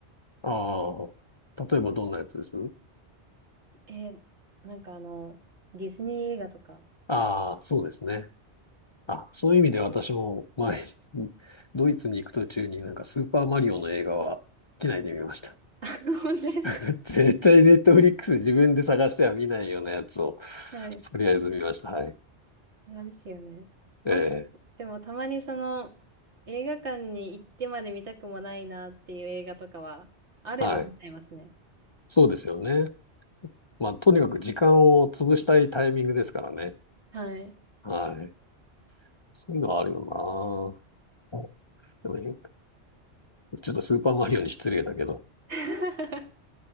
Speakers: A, on the left; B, on the right.
A: ああ、例えばどんなやつです
B: えーなんかあの、ディズニー映画とか。
A: ああ、そうですね。あ、そういう意味で私も前、<laughs> ドイツに行く途中になんかスーパーマリオの映画は機内で見ました。
B: <laughs> 本当ですか
A: <laughs> 絶対ネットフリックス自分で探しては見ないようなやつを
B: はい。
A: とりあえず見ました。はい。
B: なんですよね。あと、
A: ええ、
B: でもたまにその、映画館に行ってまで見たくもないなっていう映画とかは、あれば見ちゃいますね。
A: はい。そうですよね。まあ、とにかく時間を潰したいタイミングですからね。
B: はい。
A: はい。そういうのはあるよな。でもねちょっとスーパーマリオに失礼だけど。
B: <laughs>